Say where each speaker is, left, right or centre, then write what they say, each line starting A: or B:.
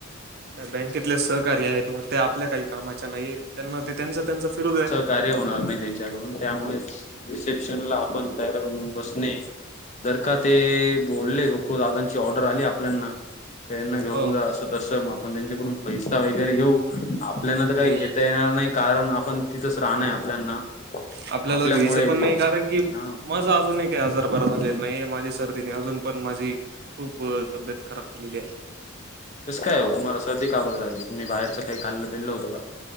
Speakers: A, on the right (about 50°); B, on the left (about 35°).
A: त्या बँकेतले सहकारी आहेत मग ते आपल्या काही कामाच्या नाही त्यांना ते त्यांच त्यांचा फिरद आहे.
B: कार्य होणार नाही त्यांच्याकडून त्यामुळे रिसेप्शनला आपण तर होऊन बस जर का ते बोलले ग खू दादांची ऑर्डर आली आपल्याना का यांना घेऊन
A: हो.
B: जा असं तसं. पण त्यांच्याकडून पैसा वगैरे घेऊ आपल्याना तर काही
A: आणि
B: घेता येणार नाही. ण आपण तिथच राहण आपल्याना
A: आपल्याला
B: आपल्यामुळे
A: घ्यायचं पण
B: त
A: नाही कारण की
B: हा.
A: माझा अजूनही काही आजार बरा झालेला नाही माझी सर्दीने अजून पण माझी खूप तब्येत खराब केलेली आहे.
B: कसं काय हो तुम्हाला सर्दी काब झाली आहे तुम्ही बाहेरच का खाल्लं पेल्लं होत का